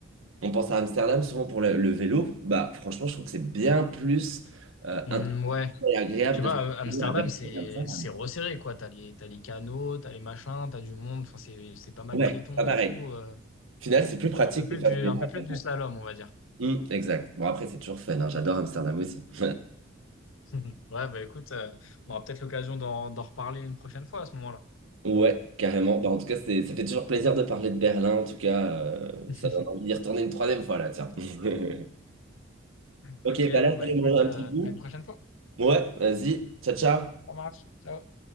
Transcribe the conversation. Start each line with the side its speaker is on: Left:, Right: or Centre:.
Right: on pense à Amsterdam souvent pour le, le vélo. Bah, franchement, je trouve que c'est bien plus euh,
Left: Hmm,
Right: intéressant
Left: ouais,
Right: et agréable
Left: je sais
Right: de
Left: pas,
Right: faire
Left: euh, Amsterdam,
Right: du vélo à Berlin
Left: c'est
Right: qu'Amsterdam.
Left: c'est resserré, quoi. T'as les, t'as les canaux, t'as les machins, t'as du monde, enfin, c'est c'est pas mal
Right: Ouais,
Left: piéton
Right: c'est pas pareil.
Left: et tout. euh.
Right: Au final, c'est plus pratique
Left: Un peu plus
Right: de faire
Left: du,
Right: du vélo
Left: un peu
Right: à
Left: plus
Right: Berlin.
Left: du slalom, on va dire.
Right: Hum, exact. Bon, après, c'est toujours fun. hein. J'adore Amsterdam aussi. <laughs>
Left: <laughs> Ouais, bah écoute, euh, on aura peut-être l'occasion d'en d'en reparler une prochaine fois à ce moment-là.
Right: Ouais, carrément. Bah, en tout cas, c'est- ça fait toujours plaisir de parler de Berlin. En tout cas, euh,
Left: <laughs>
Right: ça donne envie d'y retourner une troisième fois là, tiens. <laughs> Ok,
Left: Ok,
Right: bah là,
Left: bon,
Right: je
Left: bah
Right: vais
Left: écoute,
Right: aller manger un
Left: euh,
Right: petit bout.
Left: à une prochaine fois.
Right: Ouais, vas-y. Ciao, ciao.
Left: Ça marche. Ciao.